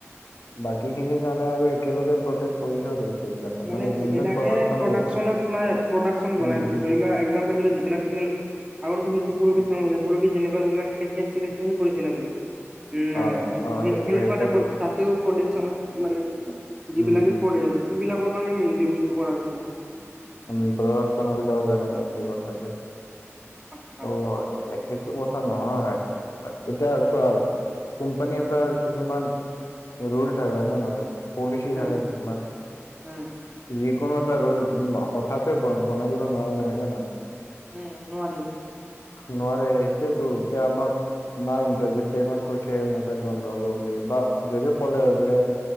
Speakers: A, on the left; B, on the right.
A: বাকী খিনিৰ কাৰণে আৰু একেলগে প্ৰটেষ্ট কৰিছো আৰু গোটেই বিলাকত
B: মানে
A: যোন
B: যিবিলাকে
A: যোন প্ৰডাকশ্যনত
B: প্ৰডাকশ্যনত
A: আছে
B: মানে প্ৰডাক্যন বনাই
A: উম
B: থাকে
A: উম
B: ধৰি লোৱা একজাম্পল দিলো যিলাকমি আগৰ তুমি যদি পুৰবীত কৰিছিলা পুৰবীত কৰিছিল আজি উম মানে
A: অ
B: সেনেকুৱা
A: অ সেইটো সেইটোৱেতো
B: এটা জাতীয় প্ৰডিকনত মানে যিবিলাকে
A: উম উম
B: কৰে আৰু সেইবিলাকৰ কাৰণে মেইনলি বস্তুটো কৰা হৈছে আৰু
A: উ প্ৰদৰ্শন বিলাকৰ কাম বুলি কোৱা হয় যে
B: আচ্ছা
A: অ সেইটো কথা ন নহয় এতিয়া চোৱা কোম্পানী এটাৰ কিছুমান ৰুল থাক নে পলিচি
B: উম
A: থাকে কিছুমান
B: উম
A: যিকোনো এটা ৰোল ন হঠাতে বনাই দিব নোৱি নহ ন নহয়
B: উম নোৱাৱাৰি
A: নোৱাৰে সটোয়তো এতিয়া আমাক নাই ইন্টাৰভিউ টাইমত কৈছে মোবাইল বন্ধ হ'ব বুলি বা যদিও ক'লে বোলে